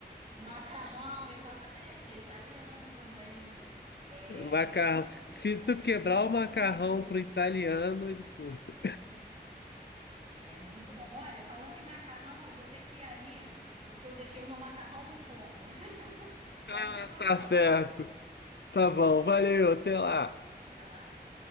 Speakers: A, on the right; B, on the left.
A: Macarrão, exatamente, é italiano também. É,
B: Macarrão.
A: então,
B: Se
A: a
B: tu
A: gente
B: quebrar
A: deixa tudo
B: o macarrão
A: mais saboroso.
B: pro italiano, ele surta.
A: É muito bom. Olha, falando em macarrão, eu vou ter que ir ali, porque eu deixei o meu macarrão no fogo. <laughs> Já
B: Ah,
A: nos falamos.
B: tá certo. Tá bom, valeu, até lá.
A: Até lá.